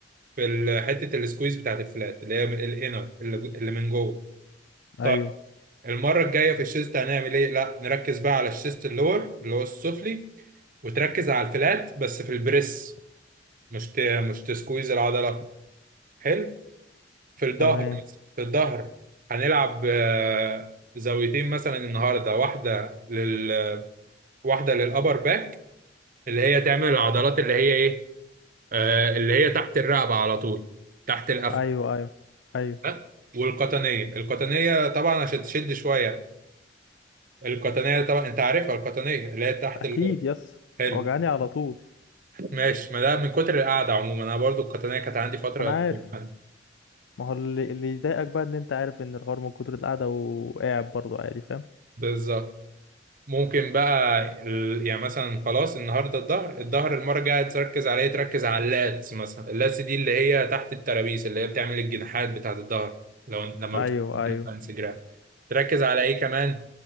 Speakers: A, on the right; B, on the left.
A: في ال- حتة السكويز بتاعت الفلات اللي هي من الانر اللي اللي من جوه
B: ايوه
A: طيب المرة الجاية في الشيست هنعمل ايه؟ لا نركز بقى على الشيست اللور اللي هو السفلي وتركز على الفلات بس في البريس مش ت... مش تسكويز العضله حلو في الظهر
B: تمام
A: مثلا في الظهر هنلعب آه، زاويتين مثلا النهارده واحده لل واحده للابر باك اللي هي تعمل العضلات اللي هي ايه آه، اللي هي تحت الرقبه على طول تحت القفا
B: ايوه ايوه ايوه
A: ها؟ والقطنيه القطنيه طبعا عشان تشد شويه القطنيه طبعا انت عارفها القطنيه اللي هي تحت
B: اكيد
A: اللور
B: يس
A: حلو
B: وجعاني على طول
A: ماشي ما ده من كتر القعده عموما انا برضو القطنيه كانت عندي فتره
B: ما انا عارف
A: المهم
B: ما هو اللي اللي يضايقك بقى ان انت عارف ان الحوار من كتر القعده وقاعد برضه عادي فاهم
A: بالظبط ممكن بقى ال... يعني مثلا خلاص النهارده الظهر الظهر المره الجايه تركز على ايه تركز على اللاتس مثلا اللاتس دي اللي هي تحت الترابيس اللي هي بتعمل الجناحات بتاعت الظهر لو لما بتشوف
B: ايوه ايوه
A: على انستجرام تركز على ايه كمان